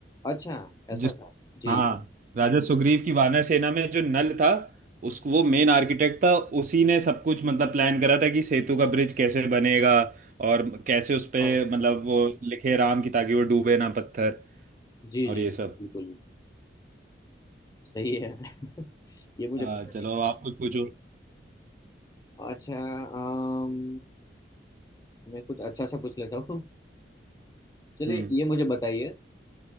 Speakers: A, on the left; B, on the right.
A: अच्छा ऐसा
B: जिस
A: था जी
B: हाँ राजा सुग्रीव की वानर सेना में जो नल था उसको वो मेन आर्किटेक्ट था उसी ने सब कुछ मतलब प्लान करा था कि सेतु का ब्रिज कैसे बनेगा और कैसे उस पे
A: अच्छा
B: मतलब वो लिखे राम की ताकि वो डूबे ना पत्थर
A: जी
B: और
A: जी
B: ये सब
A: बिल्कुल सही है <laughs> ये मुझे
B: आ,
A: पता नहीं
B: चलो
A: था
B: आप कुछ पूछो
A: अच्छा अम, मैं कुछ अच्छा सा पूछ लेता हूँ चलिए
B: हम्म
A: ये मुझे बताइए